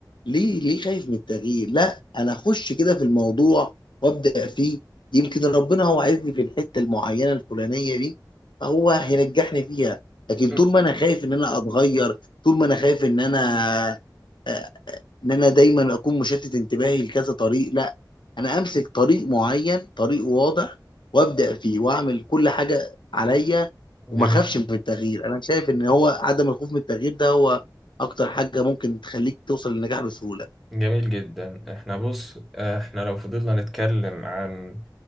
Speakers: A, on the left (about 85°); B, in the centre.
A: ليه ليه خايف من التغيير لا انا اخش كده في الموضوع وابدا فيه يمكن ربنا هو عايزني في الحته المعينه الفلانيه دي فهو هينجحني فيها لكن
B: مم.
A: طول ما انا خايف ان انا اتغير طول ما انا خايف ان انا آه، ان انا دايما اكون مشتت انتباهي لكذا طريق لا انا امسك طريق معين طريق واضح وابدا فيه واعمل كل حاجه عليا
B: جميل
A: وما اخافش من التغيير انا شايف ان هو عدم الخوف من التغيير ده هو اكتر حاجه ممكن تخليك توصل للنجاح بسهوله
B: جميل جدا احنا بص آه، احنا لو فضلنا نتكلم عن